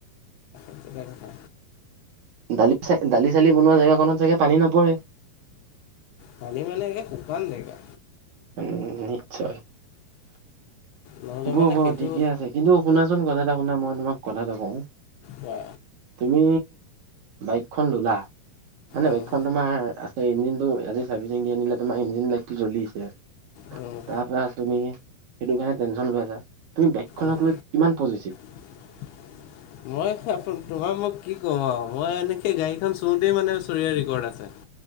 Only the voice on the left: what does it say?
একেটাই কথা
পানী মানে একে শুকান জেগা
নহ'লে
মানে
সেইটো
বা
অঁ
অ',
অঁ
<inaudible> মই তোমাক মোক কি ক'ম আৰু মই এনেকে গাড়ীখান চোতেই মানে চৰিয়া ৰেকৰ্ড আছে। <inaudible>